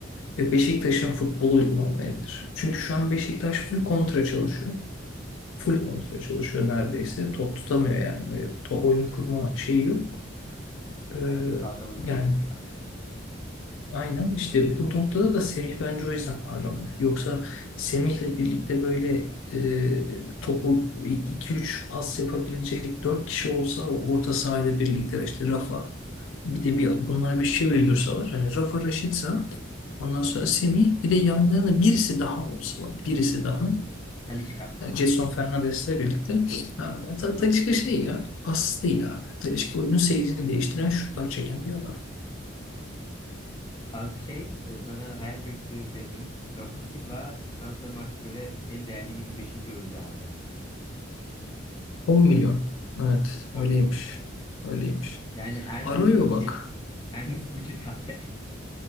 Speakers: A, on the left (about 80°); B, on the left (about 25°).
A: E, Beşiktaş'ın futbolu uygun olmayabilir. Çünkü şu an Beşiktaş full kontra çalışıyor. Full kontra çalışıyor neredeyse. Top tutamıyor yani. Öyle top oyun kurma şeyi yok. E,
B: Orta sahada oyuncu
A: yani
B: eksiği vardı Beşiktaş'ın.
A: aynen işte bu noktada da Semih bence o yüzden parlamıyor. Yoksa Semih'le birlikte böyle e, topu iki üç pas yapabilecek 4 kişi olsa orta sahayla birlikte işte Rafa Bir de bir bunlar bir şey uydursalar hani Rafa Raşitsa ondan sonra Semih bir de yanlarına birisi daha olsa bak birisi daha
B: Talisca.
A: yani Jason Fernandes'le birlikte ha, ta, Talisca şey ya pas değil abi. Talisca oyunun seyrini değiştiren şutlar çeken bir adam.
B: Abi şey e, sana hayal kırıklığı şey yapayım. Rafa Silva Transfermarkt'a göre en değerli 25. oyuncu abi.
A: 10 milyon. Evet
B: 10
A: öyleymiş.
B: milyon.
A: Öyleymiş.
B: Yani Ernest
A: Arroyo
B: Muçi
A: bak.
B: <laughs> Ernest Muçi daha değerli.